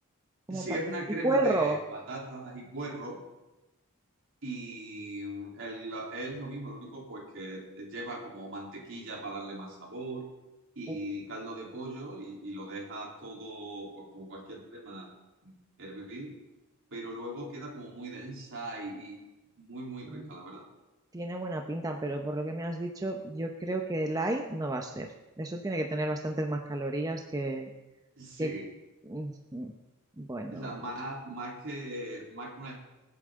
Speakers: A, on the right; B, on the right.
A: Como
B: Sí,
A: pat-
B: es una
A: y
B: crema
A: puerro.
B: de patatas y puerro, y mm, el- la- es lo mismo, lo único pues que lleva como mantequilla para darle más sabor, y
A: Uh,
B: caldo de pollo, y, y lo dejas todo, pues como cualquier crema, mm, hervir pero luego queda como muy densa y, y muy, muy
A: mm,
B: rica, la verdad.
A: tiene buena pinta, pero por lo que me has dicho, yo creo que light no va a ser. Eso tiene que tener bastantes más calorías que,
B: Sí,
A: que... Ujú. Bueno,
B: o sea, más,
A: pues
B: más que, más que una